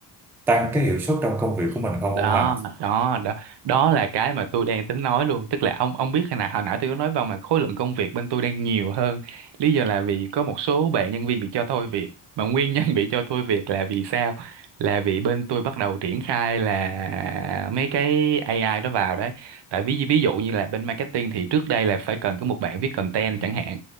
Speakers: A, in the centre; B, on the right.
A: tăng cái hiệu suất trong công việc của mình không
B: đó
A: ông ha
B: đó đó đó là cái mà tôi đang tính nói luôn tức là ông ông biết hồi nãy hồi nãy tôi có nói vào mà khối lượng công việc bên tôi đang nhiều hơn lý do là vì có một số bạn nhân viên bị cho thôi việc mà nguyên nhân bị cho thôi việc là vì sao là vì bên tôi bắt đầu triển khai là mấy cái AI đó vào đấy tại ví ví dụ như là bên marketing thì trước đây là phải cần có một bạn viết content chẳng hạn